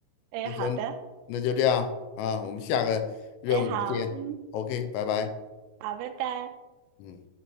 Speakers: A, on the right; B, on the left.
A: 哎，
B: 那行，
A: 好的，
B: 那就这样啊，我们下个任务见。
A: 哎，好，嗯，
B: OK，拜拜。
A: 好，拜拜。
B: 嗯。